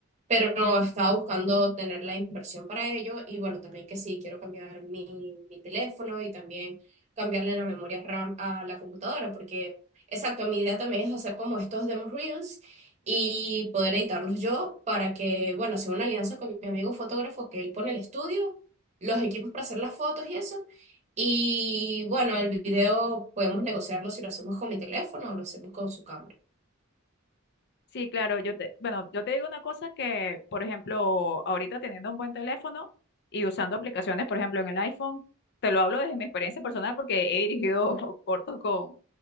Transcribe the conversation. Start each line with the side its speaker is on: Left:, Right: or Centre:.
Right: pero no estaba buscando tener la inversión para ello. Y bueno, también que sí, quiero cambiar mi, mi teléfono y también cambiarle la memoria RAM a la computadora, porque exacto, mi idea también es hacer como estos demos reels y poder editarlos yo para que, bueno, hacer una alianza con mi amigo fotógrafo que él pone el estudio, los equipos para hacer las fotos y eso y bueno, el video podemos negociarlo si lo hacemos con mi teléfono o lo hacemos con su cámara.
Left: Sí, claro, yo te, bueno, yo te digo una cosa que, por ejemplo, ahorita teniendo un buen teléfono y usando aplicaciones, por ejemplo, en el iPhone, te lo hablo desde mi experiencia personal porque he dirigido <laughs> cortos con,